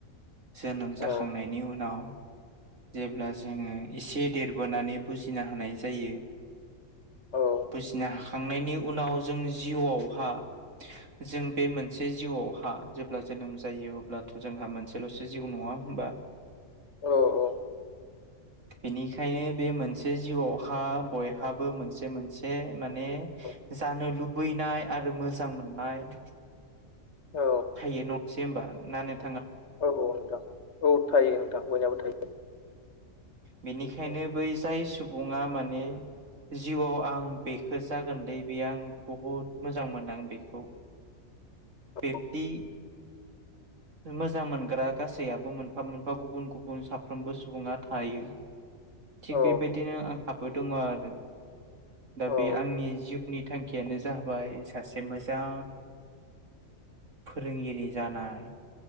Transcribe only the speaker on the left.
औ
औ
औ औ।
औ
औ
औ औ नोंथां औ थायो नोंथां बयनियाबो थायो।
औ
औ
औ
औ